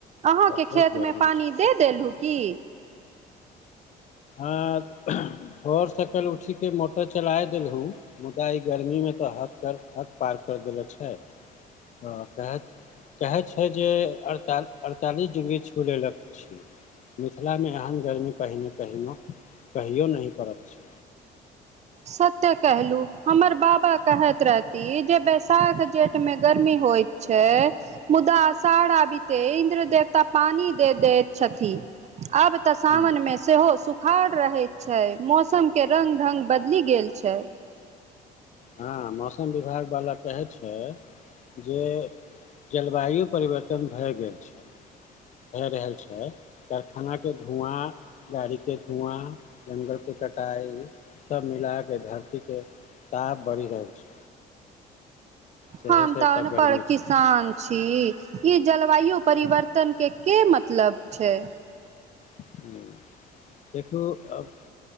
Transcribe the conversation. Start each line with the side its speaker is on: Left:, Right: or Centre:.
Right: अहाँके
Left: बहुत
Right: खेतमे
Left: गर्मी
Right: पानी
Left: छै
Right: दे देलहु की
Left: आ भोर सकल उठी के मोटर चलाय देलहु मुदा ई गर्मी मे तऽ हद कर हद पार कऽ देले छै हँ कहैत कहै छै जे अड़ता अड़तालीस डिग्री छू लेलक छियै मिथिलामे एहन गर्मी कहिनो कहिनो कहियो नहि पड़त छै
Right: सत्य कहलू हमर बाबा कहैत रहती जे बैशाख जेठमे गर्मी होइत छै मुदा आषाढ़ आबीेते इन्द्र देवता पानी दे दैत छथि अब तऽ सावनमे
Left: हूँ,
Right: सेहो सुखाड़ रहैत छै मौसमके रंङ्ग ढंङ्ग बदलि गेल छै
Left: हँ मौसम विभागवला कहैत छै जे जलवायु परिवर्तन भए गेल छै भए रहल छै कारखानाके धुआँ गाड़ीके धुआँ जंगल के कटाई सब मिला के धरती के ताप बढ़ि रहल छै सेहे
Right: हम
Left: से
Right: तऽ
Left: एते
Right: अनपढ
Left: गर्मी छै
Right: किसान छी ई जलवायु परिवर्तनके के मतलब छै
Left: हूंम्म देखियौ अब